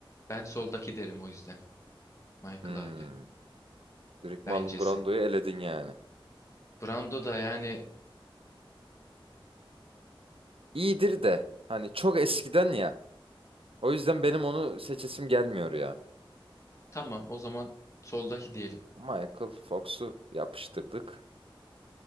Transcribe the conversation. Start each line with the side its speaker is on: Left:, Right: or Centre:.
Left: Ben soldaki derim o yüzden. Michael
Right: Hmm.
Left: abi.
Right: Direkt
Left: Bencesi.
Right: Marlon Brando'yu eledin yani.
Left: Brando da yani
Right: İyidir de hani çok eskiden ya. O yüzden benim onu seçesim gelmiyor ya.
Left: tamam o zaman soldaki diyelim.
Right: Michael Fox'u yapıştırdık.